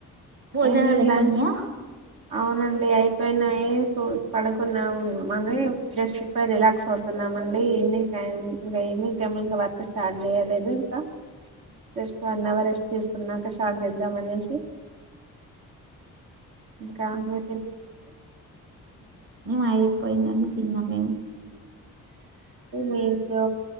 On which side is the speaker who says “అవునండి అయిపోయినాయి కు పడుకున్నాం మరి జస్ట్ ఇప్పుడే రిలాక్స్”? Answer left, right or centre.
Right